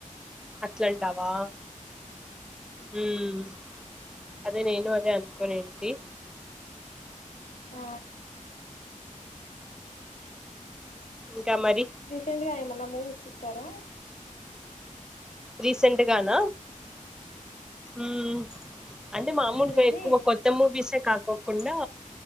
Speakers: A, in the centre; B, on the left.
A: అట్లాంటావా ఉమ్మ్ అదే నేను అదే అనుకోనుంటి
B: ఆ
A: ఇంకా మరి
B: రీసెంట్ గా ఏమన్నా మూవీస్ చూసారా
A: రీసెంట్ గాన ఉమ్ అంటే మామూలుగా
B: ఏంది
A: ఎక్కువ కొత్త మూవీసే కాకు కుండా